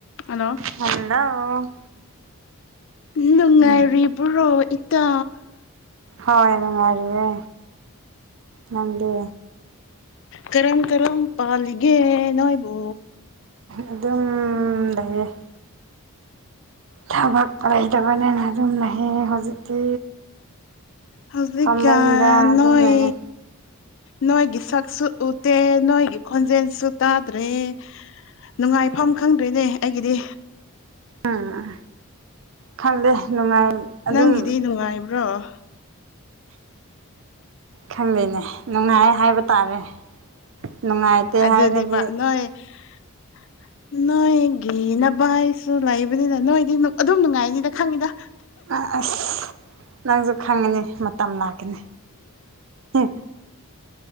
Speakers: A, on the left; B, on the right.
A: hello
B: hello
A: ꯅꯨꯡꯉꯥꯏꯔꯤꯕ꯭ꯔꯣ
B: ꯎꯝ
A: ꯏꯇꯥ
B: ꯍꯣꯏ ꯅꯨꯡꯉꯥꯏꯔꯨꯔꯦ ꯅꯪꯗꯦ
A: ꯀꯔꯝ ꯀꯔꯝ ꯄꯥꯜꯂꯤꯒꯦ ꯅꯣꯏꯕꯨ
B: ꯑꯗꯨꯝ ꯂꯩꯌꯦ ꯊꯕꯛ ꯂꯩꯇꯕꯅꯤꯅ ꯑꯗꯨꯝꯅꯍ ꯍꯧꯖꯤꯛꯇꯤ
A: ꯍꯧꯖꯤꯀꯥꯟ
B: ꯐꯃꯨꯡꯗ ꯑꯗꯨꯝ
A: ꯅꯣꯏ
B: ꯂꯩꯌꯦ
A: ꯅꯣꯏꯒꯤ ꯁꯛꯁꯨꯠ ꯎꯇꯦ ꯅꯣꯏꯒꯤ ꯈꯣꯟꯟꯖꯦꯟꯦꯟ ꯁꯨꯛꯇꯗ꯭ꯔꯦ ꯅꯨꯡꯉꯥꯏꯐꯝ ꯈꯪꯗꯣꯏꯅꯦ ꯑꯩꯒꯤꯗꯤ
B: ꯎꯝ ꯈꯪꯗꯦ ꯅꯨꯡꯉꯥꯏ ꯑꯗꯨꯝ
A: ꯅꯪꯒꯤꯗꯤ ꯅꯨꯡꯉꯥꯏꯕ꯭ꯔꯣ
B: ꯈꯪꯗꯦꯅꯦ ꯅꯨꯡꯉꯥꯏ ꯍꯥꯏꯕ ꯇꯥꯔꯦ ꯅꯨꯡꯉꯥꯏꯇꯦ
A: ꯑꯗꯨꯅꯦꯕ
B: ꯍꯥꯏꯔꯗꯤ
A: ꯅꯣꯏ <inaudible> ꯅꯣꯏꯒꯤ ꯅꯚꯥꯏꯁꯨ ꯂꯩꯕꯅꯤꯅ ꯅꯣꯏꯗꯤ ꯑꯗꯨꯝ ꯅꯨꯡꯉꯥꯏꯅꯤꯗ ꯈꯪꯉꯤꯗ
B: ꯑ ꯑꯁ ꯅꯪꯁꯨ ꯈꯪꯉꯅꯤ ꯃꯇꯝ ꯂꯥꯛ ꯀꯅꯤ ꯍꯥ